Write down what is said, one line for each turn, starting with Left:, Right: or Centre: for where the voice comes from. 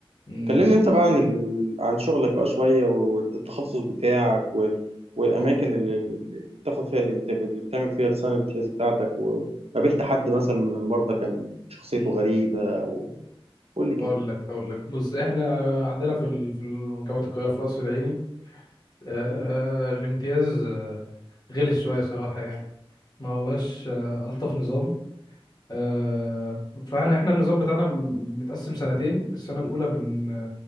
Left: امم
Right: كلمني أنت بقى عن ال... عن شغلك بقى شوية والتخصص بتاعك وال... والأماكن
Left: والله
Right: اللي اللي بتاخد فيها اللي, بت... اللي بتعمل فيها السنة الامتياز بتاعتك وقابلت حد مثلا من المرضى كان شخصيته
Left: امم
Right: غريبة أو قول لي كده
Left: اقول لك اقول لك بص احنا عندنا في ال... في ال- جامعه القاهره في القصر العيني آه... الامتياز آه... غلس شويه صراحه يعني ما هوش آه... الطف نظام آه... فاحنا احنا النظام بتاعنا م- متقسم سنتين السنه الاولى بن...